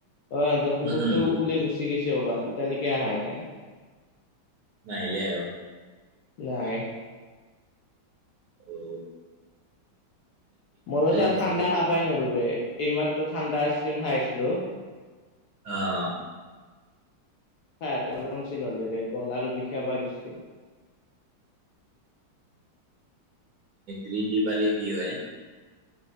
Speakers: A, on the left (about 70°); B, on the right (about 70°).
A: অ' কুকুৰটো
B: উম, উম
A: ওলাই গুচি গৈছে ক'ৰবাত এতিালৈকে অহাই নাই।
B: নাহিলে আৰু।
A: নাই।
B: হয়।
A: মই অবশ্যে
B: বস্তুটো
A: ঠাণ্ডা
B: কি?
A: খাবাই নোৱাৰো'বে এইমাত্ৰ ঠাণ্ডা আইচক্ৰীম খাইছিলো।
B: অঁ।
A: হা তেচিল হলেৰে গল আৰু বিষা বা দিছে <unintelligible>
B: গ্ৰীন দিপালি কি হয়।